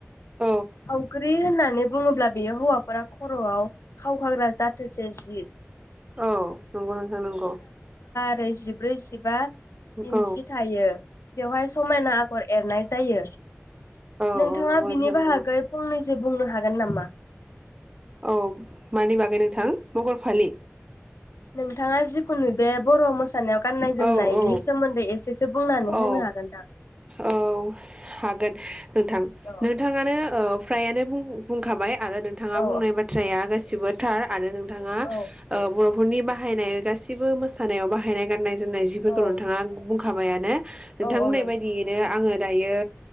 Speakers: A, on the right; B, on the left.
A: औ
B: फावख्रि होननानै बुङोब्ला बे हौवाफोरा खर'आव खावखाग्रा जाथोसे सि
A: औ नंगौ नोंथां नंगौ
B: ओमफ्राय जिब्रै, जिबा इन्सि
A: औ
B: थायो बेवहाय समायना आगर एरनाय जायो जायो
A: औ
B: नोंथाङा
A: औ नंगौ नोंथां
B: बिनि
A: नंगौ
B: बाहागै फंनैसो बुंनो हागोन नामा जे
A: औ मानि बागै नोंथां मगर फालि
B: नोंथाङा जिखुनु बे बर' मोसानायाव गाननाय जोमनायनि
A: औ औ
B: सोमोन्दै एसेसो बुंनानै होनो
A: औ
B: हागोन दा?
A: औ हागोन नोंथां
B: औ
A: नोंथाङानो ओ फ्रायानो बुं बुंखाबाय आरो नोंथाङा
B: औ
A: बुंनाय बाथ्राया गासिबो थार आरो नंगौ नोंथाङा
B: औ
A: ओ बर'फोरनि बाहायनाय गासिबो मोसानायाव बाहायनाय गाननाय जो जिफोरखौ
B: औ
A: नोंथाङा बुंखाबायानो नोंथां
B: औ
A: बुंनाय
B: औ
A: बायदियैनो आङो दायो